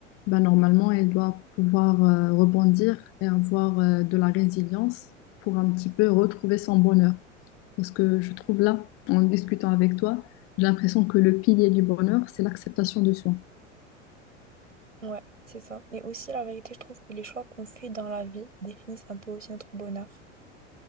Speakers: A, on the left (about 35°); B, on the right (about 80°).
A: ben, normalement, elle doit pouvoir euh, rebondir et avoir euh, de la résilience pour un petit peu retrouver son bonheur. Parce que je trouve là, en discutant avec toi, j'ai l'impression que le pilier du bonheur, c'est l'acceptation de soi.
B: Ouais, c'est ça. Et aussi, la vérité, je trouve que les choix qu'on fait dans la vie définissent un peu aussi notre bonheur.